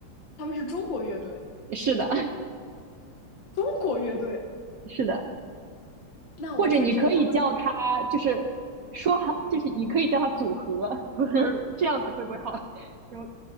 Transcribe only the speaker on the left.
他们是中国乐队，
中国乐队。
那我在这个方面，